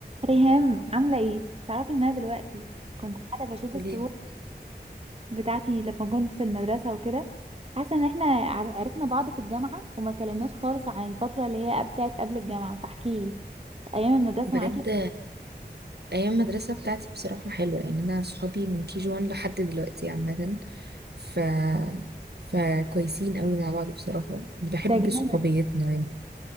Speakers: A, on the right; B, on the right.
A: ريهام عاملة ايه؟ تعرفي ان انا دلوقتي كنت قاعدة بشوف
B: قوليلي.
A: الصور بتاعتي لما كنت في المدرسة وكده حاسة ان احنا عر- عرفنا بعض في الجامعة وما كلمناش خالص عن الفترة اللي هي بتاعت قبل الجامعة فاحكيلي ايام المدرسة
B: بجد
A: معاكي
B: ايام المدرسه بتاعتي بصراحه حلوه يعني انا صحابي من كي جي 1 لحد دلوقتي عامه ف فكويسين قوي مع بعض بصراحه بحب
A: ده جامد
B: صحوبيتنا يعني